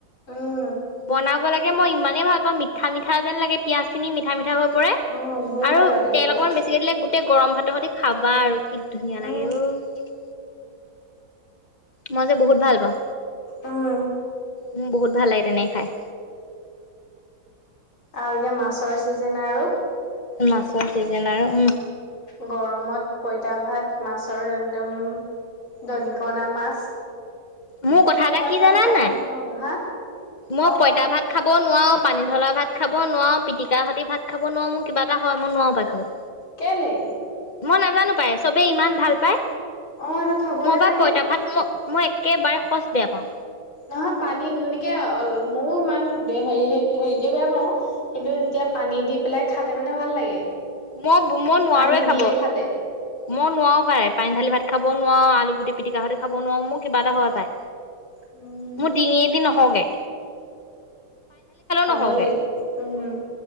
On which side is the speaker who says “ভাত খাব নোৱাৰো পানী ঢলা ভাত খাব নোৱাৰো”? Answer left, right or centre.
Left